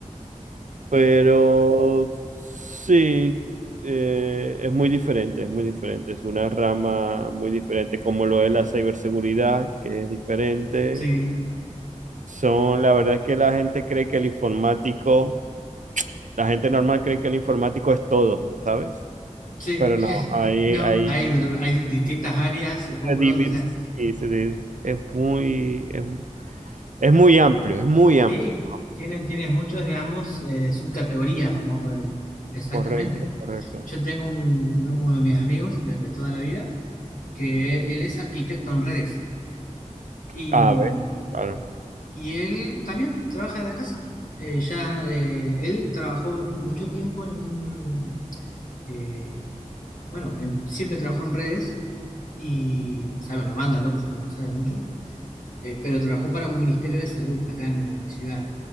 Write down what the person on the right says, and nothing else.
Pero sí, eh, es muy diferente, es muy diferente. Es una rama muy diferente, como lo es la ciberseguridad, que es diferente.
Son, la verdad es que la gente cree que el informático, la gente normal cree que el informático es todo, ¿sabes?
Pero
no, hay,
hay,
se divir-
sí, se di- es muy, es, es muy amplio, es muy amplio.
Correcto, correcto.
A ver, claro.